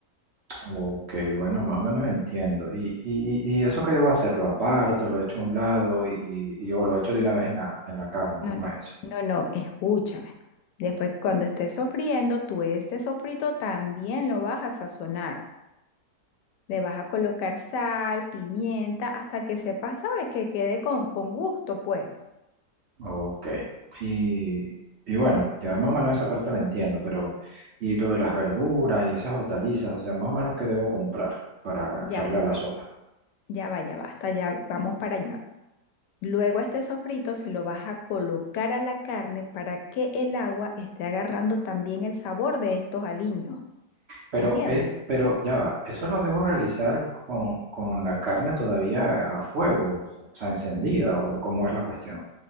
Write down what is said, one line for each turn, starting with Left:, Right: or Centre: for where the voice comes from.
Right: Ok, bueno, más o menos entiendo. ¿Y, y, y eso que debo hacer? ¿Lo aparto, lo echo a un lado y, y- y- o lo echo de una vez en la, en la carne?
Left: No,
Right: ¿Cómo
Left: no,
Right: es eso?
Left: no, no, escúchame. Después, cuando estés sofriendo, tú este sofrito también lo vas a sazonar. Le vas a colocar sal, pimienta, hasta que sepas, ¿sabes? Que quede con, con gusto, pues.
Right: Ok. Y, y bueno, ya más o menos esa parte la entiendo, pero ¿y lo de las verduras y esas hortalizas? O sea, más o menos qué debo comprar para
Left: Ya
Right: echarle
Left: va,
Right: a la sopa.
Left: ya va, ya va, hasta ya vamos para allá. Luego este sofrito se lo vas a colocar a la carne para que el agua esté agarrando también el sabor de estos aliños,
Right: Pero,
Left: ¿entiendes?
Right: eh, pero ya va, eso lo debo realizar con, con la carne todavía a fuego, o sea, encendida, o cómo es la cuestión.